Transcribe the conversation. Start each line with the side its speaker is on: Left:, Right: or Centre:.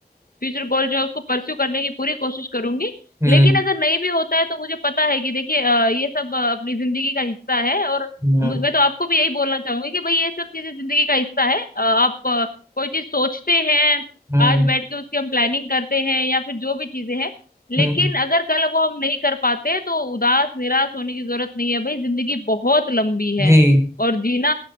Left: फ्यूचर गोल जो है उसको परस्यू करने की पूरी कोशिश करूंगी
Right: हम्म
Left: लेकिन अगर नहीं भी होता है तो मुझे पता है कि देखिए अ, ये सब अ, अपनी जिंदगी का हिस्सा है और
Right: हम्म
Left: मु- मैं तो आपको भी यही बोलना चाहूंगी कि भाई ये सब चीजें जिंदगी का हिस्सा है अ, आप अ, कोई चीज सोचते हैं
Right: हम्म
Left: आज बैठ के उसकी हम प्लानिंग करते हैं या फिर जो भी चीजें हैं लेकिन
Right: हम्म,
Left: अगर कल वो हम नहीं कर पाते हैं तो उदास निराश होने की जरूरत नहीं है भाई जिंदगी बहुत लंबी है
Right: जी
Left: और जीना